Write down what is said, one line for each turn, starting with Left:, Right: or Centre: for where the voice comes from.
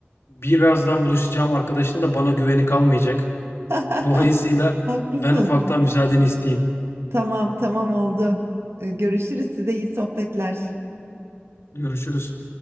Left: birazdan buluşacağım arkadaşın da bana güveni kalmayacak.
Right: <laughs>
Left: Dolayısıyla
Right: Haklısın.
Left: ben ufaktan müsaadeni isteyeyim.
Right: Tamam, tamam oldu. Ee, Görüşürüz. Size iyi sohbetler.
Left: Görüşürüz.